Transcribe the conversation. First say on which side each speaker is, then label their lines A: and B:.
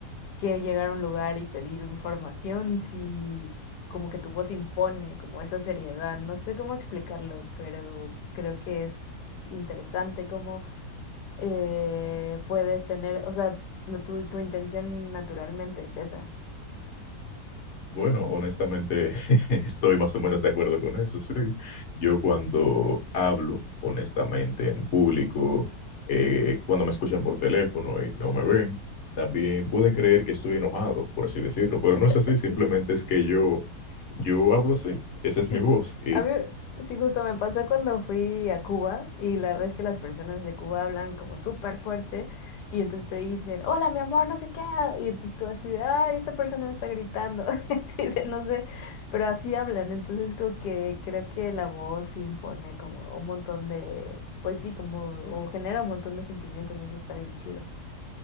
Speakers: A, on the left (about 80°); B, on the left (about 50°).
A: que llegar a un lugar y pedir información si como que tu voz impone como esa seriedad. No sé cómo explicarlo, pero creo que es interesante cómo eh, puedes tener, o sea, no- tu, tu intención naturalmente es esa.
B: Bueno, honestamente, <laughs> estoy más o menos de acuerdo con eso, sí. Yo cuando hablo, honestamente, en público, eh, cuando me escuchan por teléfono y no me ven, también pueden creer que estoy enojado, por así decirlo, pero
A: <laughs>
B: no es así, simplemente es que yo, yo hablo así, esa es
A: Sí,
B: mi
A: sí.
B: voz
A: A mí, sí, justo me pasó cuando fui a Cuba y la vez que las personas de Cuba hablan como súper fuerte y entonces te dicen, hola, mi amor, no sé qué. Y entonces tú así de, ay, esta persona me está gritando, <laughs> así de, no sé, pero así hablan. Entonces como que creo que la voz sí impone como un montón de, pues sí, como, o genera un montón de sentimientos y eso está bien chido.